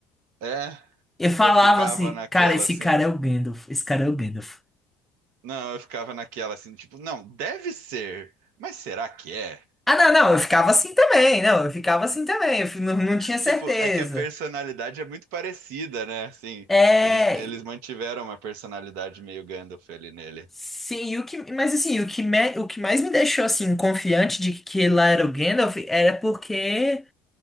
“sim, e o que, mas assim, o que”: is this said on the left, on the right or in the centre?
Centre